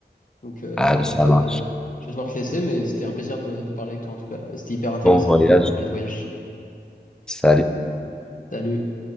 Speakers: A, on the left (about 45°); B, in the centre.
A: Donc euh,
B: Ah,
A: je vais devoir
B: ça
A: te,
B: marche.
A: je vais devoir te laisser, mais c'était un plaisir de, de parler avec toi en tout cas. Et c'était hyper intéressant
B: Bon voyage.
A: euh, de parler de voyage.
B: Salut.
A: Salut.